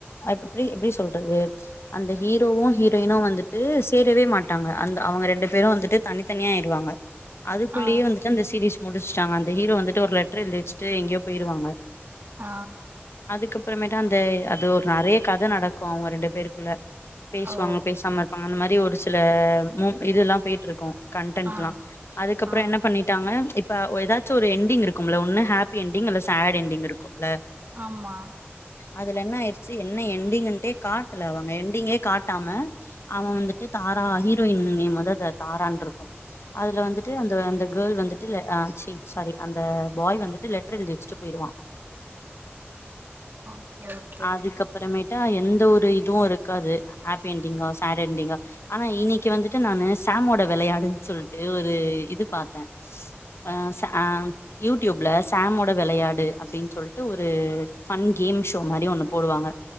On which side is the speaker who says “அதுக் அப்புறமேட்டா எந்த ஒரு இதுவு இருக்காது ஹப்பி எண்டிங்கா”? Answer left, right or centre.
Left